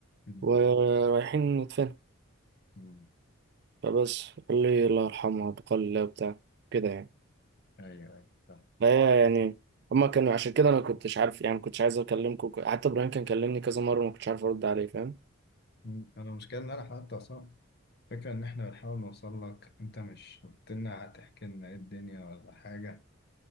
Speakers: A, on the left (about 50°); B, on the right (about 50°).
A: مم.
B: ورايحين ندفنها
A: مم.
B: فبس قال لي الله يرحمها بقال الله وبتاع كده يعني
A: ايوه ايوه فاهم
B: ايوه يعني هما كانوا عشان كده انا كنتش عارف يعني ما كنتش عايز اكلمكم حتى ابراهيم كان كلمني كذا مره وما كنتش عارف ارد عليه فاهم
A: مم. انا المشكلة ان انا حتى اصلا فكرة ان احنا بنحاول نوصل لك انت مش قلت لنا هتحكي لنا ايه الدنيا ولا حاجة